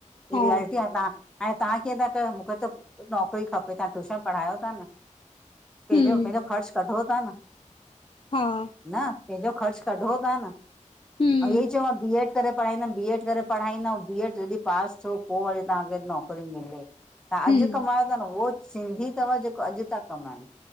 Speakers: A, on the left (about 40°); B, in the centre.
A: हा
B: हे रियालिटी आ तव्हां हाणे तव्हां कीअं था कयो मुंखे त नौकिरी खपे तव्हां ट्यूशन पढ़ायो। पंहिंजो
A: हम
B: पंहिंजो ख़र्च कढो ता न।
A: हा।
B: न पंहिंजो ख़र्च कढो ता न ऐं
A: हम
B: इहे ई चवां बीएड करे पढ़ाईंदम बी एड करे पढ़ाईंदम बी एड जॾहिं पास थियो पोइ वरी तव्हांखे नौकरी मिले। तव्हां
A: हम
B: अॼु कमायो था न उहो सिंधी अथव जेको अॼु था कमाइनि